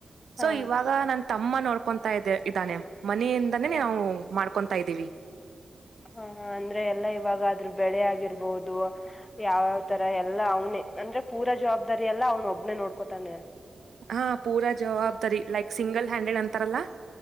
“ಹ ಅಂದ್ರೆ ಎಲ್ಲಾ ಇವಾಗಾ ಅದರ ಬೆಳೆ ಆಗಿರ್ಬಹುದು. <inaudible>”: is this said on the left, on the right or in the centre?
Left